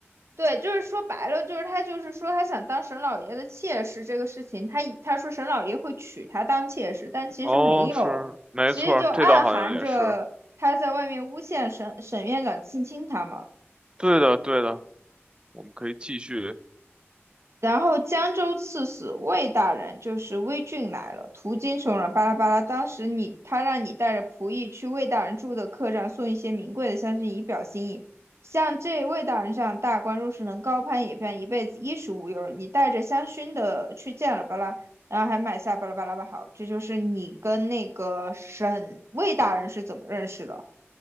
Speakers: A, on the right (about 70°); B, on the right (about 20°).
A: 对，就是说白了，就是他就是说他想当沈老爷的妾室这个事情，他他说沈老爷会娶她当妾室，但其实没有，
B: 哦，是，没错儿，
A: 其实就暗含着他在外面诬陷沈沈院长性侵他嘛。
B: 这倒好像也是。对的，对的，我们可以继续。
A: 然后江州刺史魏大人就是魏俊来了，途经穷人，巴拉巴拉。当时你他让你带着仆役去魏大人住的客栈送一些名贵的香薰以表心意。像这魏大人这样大官，若是能高攀一变，一辈子衣食无忧。你带着香薰的去见了巴拉，然后还买下巴拉巴拉吧。好，这就是你跟那个沈魏大人是怎么认识的，